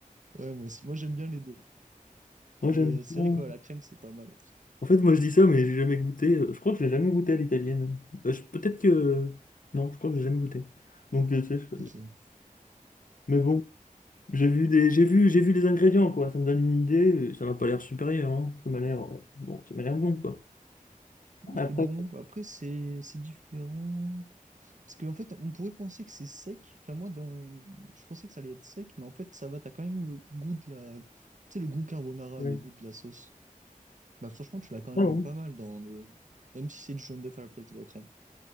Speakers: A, on the right (about 60°); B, on the left (about 70°).
A: Ouais, moi aussi, moi j'aime bien les deux.
B: Moi
A: Mais
B: j'aime.
A: euh, c'est
B: bien.
A: vrai quoi, la crème c'est pas mal.
B: En fait, moi je dis ça, mais j'ai jamais goûté. euh, Je crois que j'ai jamais goûté à l'italienne. Bah, je- Peut-être que non, je crois que j'ai jamais goûté. Donc euh, tu sais, je-
A: Ok.
B: mais bon. J'ai vu des, j'ai vu, j'ai vu les ingrédients, quoi. Ça me donne une idée. euh, Ça m'a pas l'air supérieur, hein. Ça m'a l'air, euh, bon, ça m'a l'air bon, quoi.
A: Ouais,
B: Après,
A: C'est bon. Après, c'est c'est différent. Parce qu'en fait, on pourrait penser que c'est sec. Enfin, moi, dans... je pensais que ça allait être sec, mais en fait, ça va. T'as quand même le goût de la... Tu sais, le goût carbonara,
B: ouais.
A: le goût de la sauce. Bah, franchement, tu l'as quand même
B: Ah bon.
A: pas mal dans le... Même si c'est du jaune d'œuf à la place de la crème.